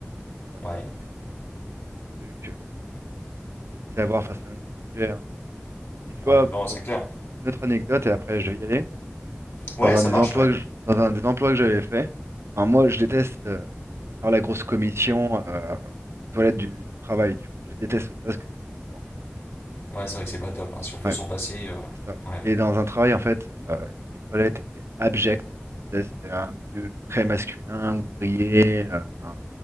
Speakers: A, on the right; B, on the left.
A: ça prend l'air
B: Ouais,
A: tous les billets, tous les trucs. euh, C'est c'est à voir face à un autre sujet. hein. Et tu vois,
B: ouais, non,
A: pour
B: c'est clair.
A: une autre anecdote, et après je vais y aller.
B: Ouais,
A: Dans un
B: ça
A: des
B: marche,
A: emplois
B: ouais.
A: que je- dans un des emplois que j'avais fait, enfin, moi je déteste euh, faire la grosse commission euh, aux toilettes du, du travail, tu vois. Je déteste ça parce que c'est dégoûtant.
B: Ouais, c'est vrai que c'est pas top. hein. Si on peut
A: Ouais,
B: s'en passer, euh,
A: c'est ça.
B: ouais.
A: Et dans un travail, en fait, euh, les toilettes étaient abjectes. Tu C'était un milieu très masculin, ouvrier, euh, enfin,